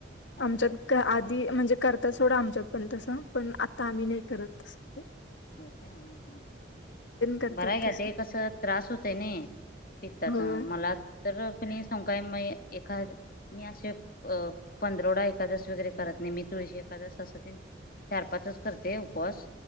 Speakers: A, on the left; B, on the left.
A: असं
B: आमच्यात
A: करतात
B: आधी म्हणजे करता सोडा आमच्यात पण तसं पण आता आम्ही नाही करत असते
A: हो ह
B: करतात
A: बरा घ्या
B: तसं
A: ते कस त्रास होतय ना पित्ताचा
B: होय
A: मला तर कणी काय म एखाद मी असे अ पंधरवडा एखादस वगैरे करत नाही मी तुळशी ए चार पाच करते उपवास